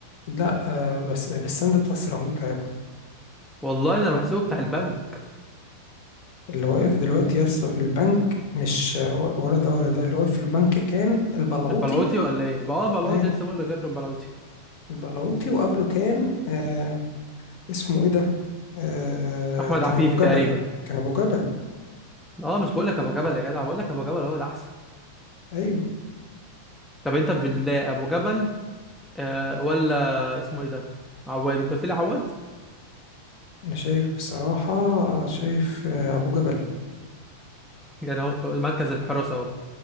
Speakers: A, on the left; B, in the centre.
A: لا آه، بس بس ده بتاع السيراميكا يا ابني
B: والله انا بحسبه بتاع البنك
A: اللي واقف دلوقتي يا اسطى في البنك مش آه، ولا ده ولا ده اللي واقف في البنك كان البلعوطي
B: البلعوتي ولا ايه بقى اه بلعوتي
A: ايوه
B: لسه بقول لك ياكل البلعوتي
A: البلعوطي وقبله كان آه اسمه ايه ده آه
B: احمد
A: كان
B: عفيفي
A: ابو جبل
B: تقريبا
A: كان ابو جبل
B: اه مش بقول لك ابو جبل يا جدع بقول لك ابو جبل هو الاحسن
A: ايوه
B: طب انت بالله ابو جبل آه ولا اسمه ايه ده عواد انت قلت لي عواد
A: انا شايف بصراحة شايف آه ابو جبل
B: يعني هو مركز الحراسه اهو